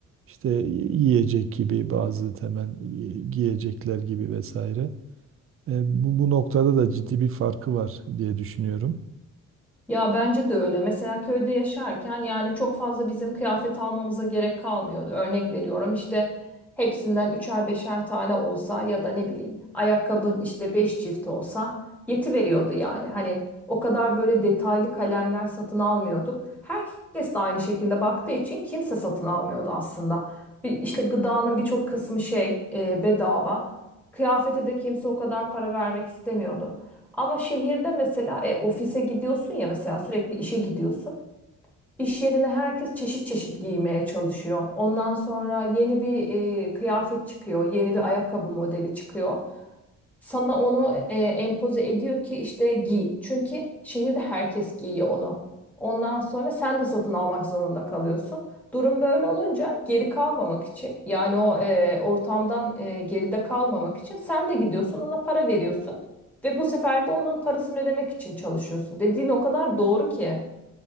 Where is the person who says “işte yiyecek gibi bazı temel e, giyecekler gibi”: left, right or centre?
Right